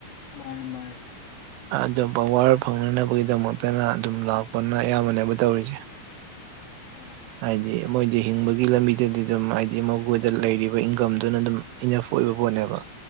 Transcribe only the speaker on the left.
ꯃꯥꯅꯤ ꯃꯥꯅꯤ
ꯑꯥ